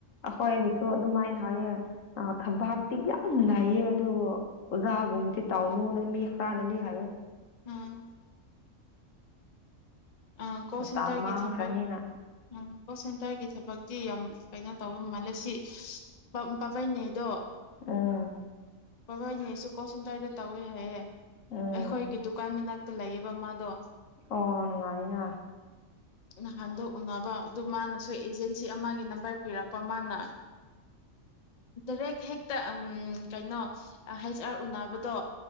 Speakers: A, on the left; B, on the left.
A: ꯑꯩꯈꯣꯏꯕꯨꯁꯨ ꯑꯗꯨꯃꯥꯏꯅ ꯍꯥꯏꯌꯦ ꯑ ꯊꯕꯇꯤ ꯌꯥꯝ ꯂꯌꯦꯦ ꯑꯗꯨ ꯑꯣꯖꯒꯨꯝꯃꯤ ꯇ ꯇꯅꯨ ꯃꯤ ꯍꯔꯥꯅꯗꯤ ꯍꯥꯏꯌꯦ
B: ꯎꯝ ꯑ ꯀꯣ
A: ꯃꯇꯝ
B: ꯁꯦꯟꯇꯔꯒꯤ
A: ꯃꯥꯡꯈ꯭ꯔꯅꯤꯅ
B: ꯊꯕꯛ ꯎꯝ ꯀꯣꯜ ꯁꯦꯟꯇꯔꯒꯤ ꯊꯕꯛꯇꯤ ꯌꯥꯝ ꯀꯩꯅꯣ ꯇꯧꯕ ꯃꯥꯜꯂꯦ ꯁꯤ ꯄꯥꯕꯩꯅꯦꯗꯣ
A: ꯑꯥ
B: ꯕꯕꯥꯣꯏꯅꯦ ꯑꯩꯁꯨ ꯀꯣꯛ ꯁꯦꯟꯇꯔꯗ ꯇꯧꯋꯦ ꯍꯥꯏꯌꯦꯦ
A: ꯎꯝ
B: ꯑꯩꯈꯣꯏꯒꯤ ꯗꯨꯀꯥꯟ ꯃꯅꯥꯛ ꯂꯩꯌꯦꯕ ꯃꯥꯗꯣ
A: ꯑꯣ ꯅꯨꯡꯉꯥꯏꯅ
B: ꯅꯍꯥꯟꯗꯣ ꯎꯅꯕ ꯑꯗꯨ ꯃꯥꯅꯁꯨ ꯑꯦꯖꯦꯟꯁꯤ ꯑꯃꯒꯤ ꯅꯝꯕꯔ ꯄꯤꯔꯛꯄ ꯃꯥꯅ ꯗꯥꯏꯔꯦꯛ ꯍꯦꯛꯇ ꯀꯩꯅꯣ ꯍꯩꯁ ꯑꯥꯔ ꯎꯅꯕꯗꯣ